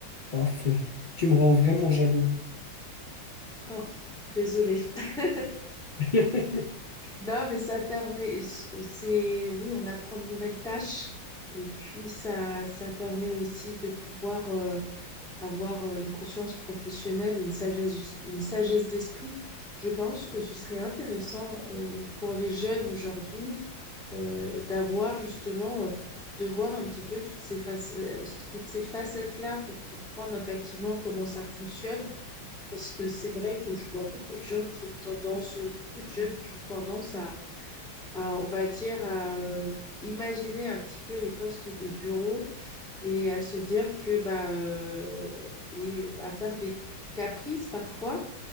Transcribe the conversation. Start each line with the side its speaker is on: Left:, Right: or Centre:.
Left: paf, tu me rends vraiment jaloux.
Centre: Oh, désolée. <laughs>
Left: <laughs>
Centre: Non, mais ça permet, c'est, oui, on apprend de nouvelles tâches et puis ça, ça permet aussi de pouvoir euh, avoir euh, une conscience professionnelle, une sagesse, une sagesse d'esprit. Je pense que ce serait intéressant euh, pour les jeunes aujourd'hui euh, d'avoir justement, euh, de voir un petit peu toutes ces facettes, toutes ces facettes-là pour comprendre effectivement comment ça fonctionne. Parce que c'est vrai que je vois beaucoup de gens qui ont tendance, beaucoup de jeunes qui ont tendance à à, on va dire, à euh, imaginer un petit peu les postes de bureau et à se dire que, bah, euh, et à faire des caprices parfois,